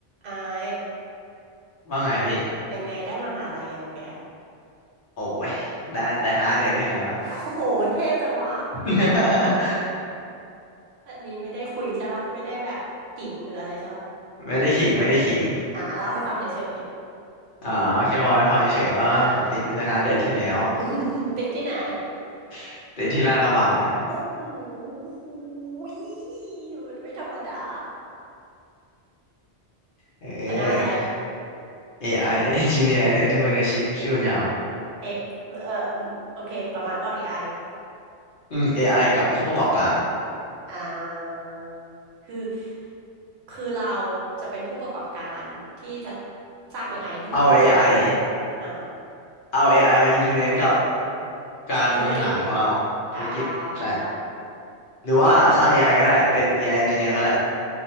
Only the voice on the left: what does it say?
ว่าไงพี่
โอ้ยได้ตั้งแต่ห้าเดือนที่แล้วล่ะ
<laughs>
ไม่ได้ขิงไม่ได้ขิง
อ๋อแค่บอกให้ฟังเฉยๆว่าผมติดตั้งแต่ห้าเดือนที่แล้ว
<laughs> ติดที่ลาดกระบังฮะ
เออ
AI Engineer and Entrepreneurship ชื่อมันยาว
อืม AI กับผู้ประกอบการ
เอา AI
เอา AI มา implement กับการบริหารของเราธุรกิจ
ใช่ หรือว่าสร้าง
AI ก็ได้ เป็น AI Engineer ก็ได้